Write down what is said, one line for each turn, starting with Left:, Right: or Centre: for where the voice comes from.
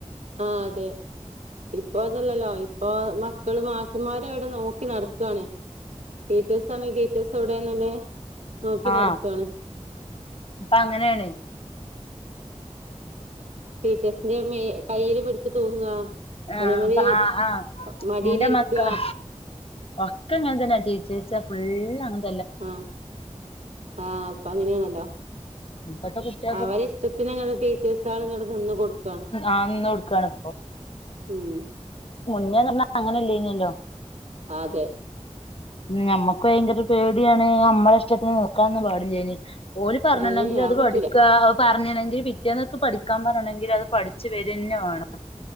Right: ആ അതെ ഇപ്പൊ അതല്ലല്ലോ. ഇപ്പൊ മക്കള് മാഷന്മാരും അവിടെ നോക്കി നടത്താണ്. ടീച്ചേഴ്സ് ആണെങ്കിൽ ടീച്ചേഴ്സവടെ <unintelligible> നോക്കി
Left: ആ
Right: നടക്കാണ്
Left: ഇപ്പൊ അങ്ങനെണ്
Right: ടീച്ചേഴ്സിന്റെ മേ. കയ്യിയില് പിടിച്ച് തൂങ്ങ
Left: ആഹ്.
Right: അതേമാതിരി
Left: പ. ആ. ആ
Right: മടിയിലിരിക്ക
Left: ഇന്റെ മക്കള് ഒക്കെ <unintelligible> തന്നെ. ടീച്ചേഴ്സ് ഫുൾ അങ്ങനെ
Right: ആഹ്. ആഹ്. ഇപ്പൊ അങ്ങനെണല്ലോ
Left: ഇപ്പത്തെ കുട്ടികൾക്കും
Right: അവരെ ഇഷ്ടത്തിന് ടീച്ചേഴ്സാള് ഇങ്ങട് നിന്ന് കൊടുക്ക
Left: ആനിന്ന് കൊടുക്കാണിപോ
Right: ഉം
Left: മുന്നേ നറഞ്ഞ അങ്ങനല്ലെയിന്നിലല്ലോ
Right: അതെ
Left: നമ്മക്കും അതിന്റെയൊരു പേടിയാണ് നമ്മുടെ ഇഷ്ടത്തിന് നോക്കാനൊന്നും പാടില്ലായിന് ഓല് പറഞ്ഞേരുന്നുണ്ടെങ്കില്
Right: ഏഹ്
Left: അത്
Right: പറ്റൂല
Left: പഠിക്ക പറഞ്ഞിരുന്നെങ്കി പിറ്റേന്നെക്ക് പഠിക്കാൻ പറയണെങ്കി അത് പഠിച്ചു വരുകന്നേ വേണം